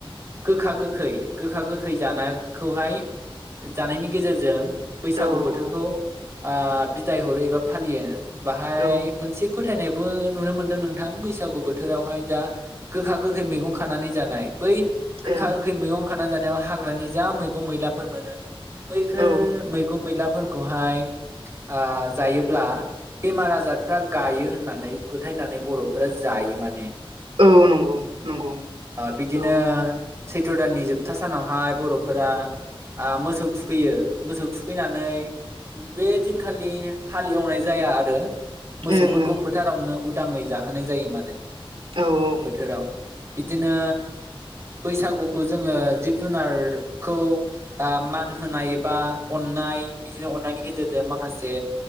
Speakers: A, on the right (about 30°); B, on the right (about 70°).
A: गोखा गोखै गोखा गोखै जानायखौहाय जानायनि गेजेरजों बैसागु
B: औ ओं
A: बोथोरखौ आ बिदाय हरो एबा फालियो बाहाय
B: औ
A: मोनसे फोथ थायनायबो नुनो मोनदों नोंथां बैसागु बोथोरावहाय जा गोखा गोखै मैगं खानानै जानाय बै गोखा
B: ओं
A: गोखै
B: ओं
A: मैगं खाना जानायाव हाग्रानि जा मैगं मैलाफोर मोनो बैफोर
B: औ
A: मैगं मैलाफोरखौहाय आ जायोब्ला बेमार आजार फ्रा गायो होननानै फोथायनानै बर'फोरा जायो माने
B: औ नंगौ नंगौ
A: आ बिदिनो
B: औ ओं
A: सैथ्र' दाननि जोबथा सानावहाय बर'फोरा आ मोसौ थुखैयो मोसौ फैनानै बे दिनखालि हालि एवनाय जाया आरो मोसौफोरखौ
B: ओं
A: फोथारावनो उदाङै जाहोनाय जायो माने
B: औ औ
A: बोथोराव बिदिनो बैसागुखौ जोङो जिब जुनारखौ आ मान होनाय बा अन्नाय बिदिनो अन्नायनि गेजेरजों माखासे